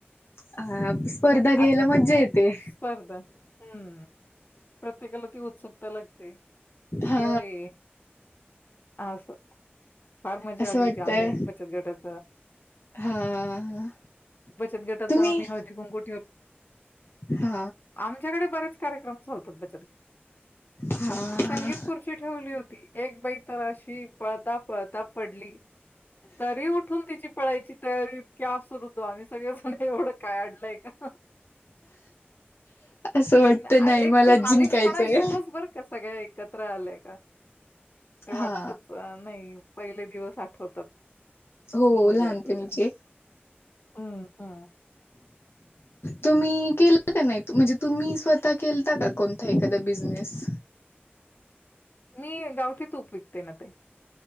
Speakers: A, on the left; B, on the left.
A: अ स्पर्धा घ्यायला
B: आ
A: मज्जा येते.
B: स्पर्धा हम्म प्रत्येकाला ती उत्सुकता लागते की
A: हा
B: अरे! आंस. फार मजा
A: असं
B: आली
A: वाटतय
B: होती आम्ही बचत गटाच
A: हा हा
B: बचत गटाच
A: तुम्ही
B: आम्ही हळदी कुंकु.
A: हा
B: आमच्याकडे बरेच कार्यक्रम. होत होते.
A: हा हा
B: संगीत खुर्ची ठेवली होती एक बाई तर अशी पळता पळता पडली तरी उठून तिची पळायची तयारी इतकी हासत होतो आम्ही सगळेजण एवढं काय अडलय का
A: असं
B: पण
A: वाटतं नाही
B: एक
A: मला
B: तो बालिशपणा
A: जिंकायचंय
B: येतोच बर का सगळ्या एक कतरा आलय का ते वाटतच
A: हा
B: नाही पहिले दिवस आठवतात
A: हो
B: मजा
A: लहानपणीचे
B: येते तेव्हा. हं, हं.
A: तुम्ही केलं का नाही म्हणजे तुम्ही स्वतः केलता का कोणता एखादा बिझनेस
B: मी गावठी तूप विकते ना ताई